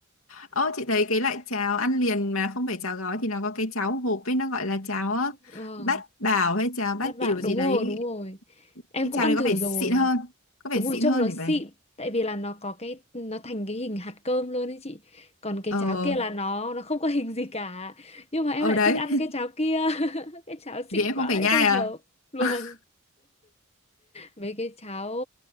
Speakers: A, on the left; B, on the left.
A: Ô, chị thấy cái loại cháo ăn liền mà không phải cháo gói thì nó có cái cháo hộp ấy nó gọi là cháo ờ,
B: Vâng,
A: bát bảo hay cháo bát
B: bát bạc
A: biểu
B: đúng
A: gì đấy
B: rồi, đúng rồi. Em
A: cái
B: cũng
A: cháo
B: ăn
A: đấy có
B: thử
A: vẻ xịn
B: rồi.
A: hơn có vẻ
B: Đúng
A: xịn
B: rồi, trông
A: hơn
B: nó
A: để
B: xịn
A: vậy
B: tại vì là nó có cái nó thành cái hình hạt cơm luôn ấy chị. Còn cái
A: ờ
B: cháo kia là nó nó không có <laughs> hình gì cả. Nhưng mà em
A: ờ
B: lại
A: đấy
B: thích ăn
A: <laughs>
B: cái cháo kia. <laughs> Cái cháo
A: vì
B: xịn
A: em
B: quá
A: không phải
B: lại
A: nhai
B: không hợp.
A: à
B: Vâng.
A: <laughs>
B: với cái cháo